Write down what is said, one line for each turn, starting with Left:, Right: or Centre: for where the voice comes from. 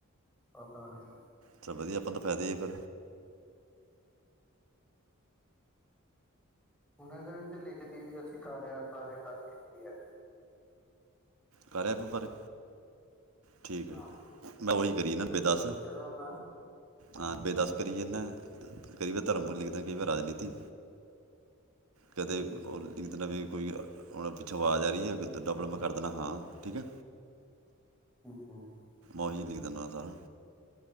Centre: ਪਤਾ ਨਹੀਂ
Right: ਚਾ ਵਧੀਆ ਆਪਾਂ ਤਾਂ ਫਾਇਦੇ ਹੀ ਫੇ
Centre: ਹੁਣ ਇਦੇ ਵਿੱਚ ਲਿਖਦੀ ਵੀ ਅਸੀਂ ਕਾਰਿਆ ਏਪ ਬਾਰੇ ਗੱਲ ਕੀਤੀ ਐ।
Right: ਕਾਰਯ ਏਪ ਬਾਰੇ। ਠੀਕ ਐ,
Centre: ਹਾਂ
Right: ਮੈ ਓਹੀ ਕਰੀ ਨਨ ਪੇ ਦੱਸ
Centre: ਪੁੱਛਦਾ ਮੈਂ
Right: ਹਾਂ ਪੇ ਦੱਸ ਕਰੀਏ ਏਨਾ, ਕਈ ਵਾ ਧਰਮ ਵਲ ਲਿਖਦਾ, ਕਈ ਵਾਰ ਰਾਜਨੀਤੀ। ਕਦੇ
Centre: ਹੂੰ
Right: ਓ ਲਿਖ ਦੇਨਾ ਵੀ ਕੋਈ, ਹੁਣ ਪਿਛੋ ਆਵਾਜ ਆ ਰਹੀ ਐ ਆ ਡਬਲ ਮੈ ਕਰ ਦੇਨਾ ਹਾਂ, ਠੀਕ ਐ।
Centre: <unintelligible>
Right: ਓਹੀ ਲਿਖ ਦਨਾ ਸਾਰਾ